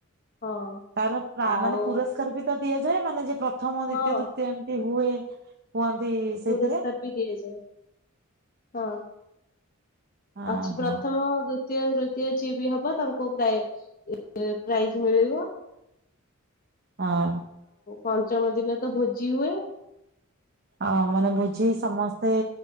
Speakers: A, on the left (about 40°); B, on the right (about 50°).
A: ହଁ
B: ତାର ମା
A: ଆଉ
B: ମାନେ ପୁରସ୍କାର ବି ଦବ ଦିଆଯାଏ ମାନେ ଯେ ପ୍ର ପ୍ରଥମ ଦିିତୀୟ
A: ହଁ
B: ତୃତୀୟ ଏମିତି ହୁ ହୁଏ ହୁଅନ୍ତି ସେଇଥିରେ
A: ପୁରସ୍କାର ବି ଦିଏଯାଏ ହଁ
B: ହଁ
A: ଅଛି ପ୍ରଥମ
B: ହଁ
A: ଦି ତୀୟ ତୃତୀୟ ଯିଏବି ହବ ତାଙ୍କୁ ପ୍ରାଇ ଏ ପ୍ରାଇଜ ମିଳିବ ।
B: ହଁ ।
A: ପଞ୍ଚମ ଦିନ ତ ଭୋଜି ହୁଏ ।
B: ଆଉ ମାନେ ଭୋଜି ସମସ୍ତେ